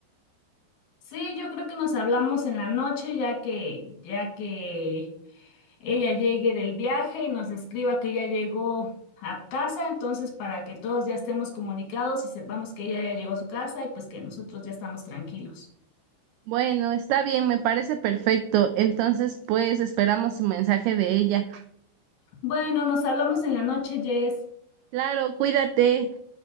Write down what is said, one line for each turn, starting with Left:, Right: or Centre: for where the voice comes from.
Left: Sí, yo creo que nos hablamos en la noche, ya que, ya que ella llegue del viaje y nos escriba que ya llegó a casa, entonces para que todos ya estemos comunicados y sepamos que ella ya llegó a su casa y pues que nosotros ya estamos tranquilos.
Right: Bueno, está bien, me parece perfecto. Entonces, pues esperamos un mensaje de ella.
Left: Bueno, nos hablamos en la noche, Jess.
Right: Claro, cuídate.